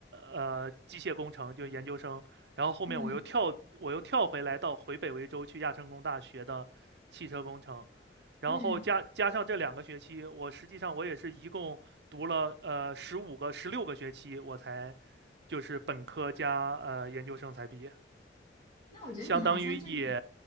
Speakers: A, on the right; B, on the left.
A: 呃机械工程，就是研究生，然后后面我又跳我又跳回来到回北维州去亚琛工大学的汽车工程，
B: 嗯
A: 然后加加上这两个学期，
B: 嗯，
A: 我实际上我也是一共读了呃十五个十六个学期，我才就是本科加呃研究生才毕业。
B: 那我觉得你还算正常，
A: 相当于也